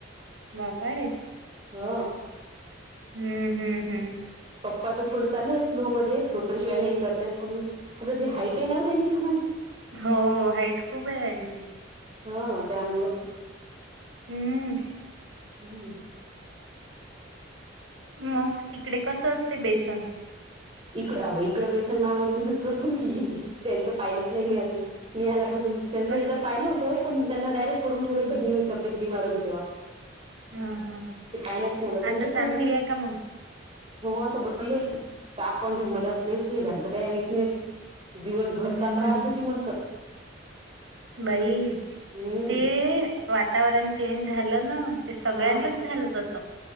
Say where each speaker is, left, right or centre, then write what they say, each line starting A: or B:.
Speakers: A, on the right; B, on the right.
A: बापा
B: ह
A: हम्म हम्म हम्म
B: पप्पाचं थोडं चालू आहेस लऊ मध्ये फ्लोटरशिवाय नाही करतत पण असं ते हाईटेड नाव त्यांची खूप
A: हो हाईट खूप आहे त्यांची
B: हा त्यामुंच
A: हम्म
B: हम्म
A: मग तिकडे कसं असते बेसन
B: इकडं इकडं बेसन मामर्जीनच करतो मी त्यांच पाहिलंच नाही मी अजून मी आला त्यांच
A: कसं
B: एकदा पाहिलं होत पण त्यांना डायरेक्ट करून ठेवलं होत
A: हं.
B: मी तब्येत बीमार होती तेव्हा
A: हां, हां.
B: ते पायनाच नाही आलं त्यांच
A: आता चांगली
B: पण
A: आहे का मग?
B: हो असं बोल आपणची मदत लस ना ब वकनेस <inaudible> दिवस भरता
A: हं,
B: प्रयती
A: हं.
B: म्हणत नाही <inaudible>
A: बाई
B: हम्म
A: ते वातावरण चेंज झालं ना, ते सगळ्यांनाच
B: हो
A: झालं तसं